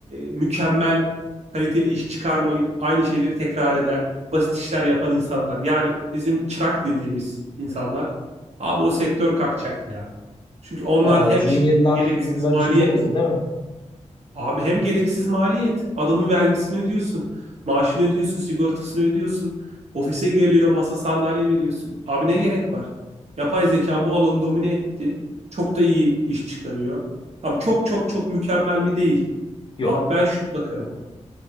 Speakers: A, on the right; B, on the left.
A: mükemmel, kaliteli iş çıkarmayıp aynı şeyleri tekrar eden, basit işler yapan insanlar. Yani bizim çırak dediğimiz insanlar. Abi o sektör kalkacak ya. Çünkü onlar
B: Yani
A: hem
B: juniorlar,
A: şirkete gereksiz
B: juniorlar
A: maliyet
B: işi zor da değil mi?
A: Abi hem gereksiz maliyet. Adamın vergisini ödüyorsun. Maaşını ödüyorsun. Sigortasını ödüyorsun. Ofise geliyor masa sandalye veriyorsun. Abi ne gerek var? Yapay zeka bu alanı domine etti. Çok da iyi iş çıkarıyor. Tam çok çok çok mükemmel mi değil.
B: Yok.
A: Abi ben şuna bakarım.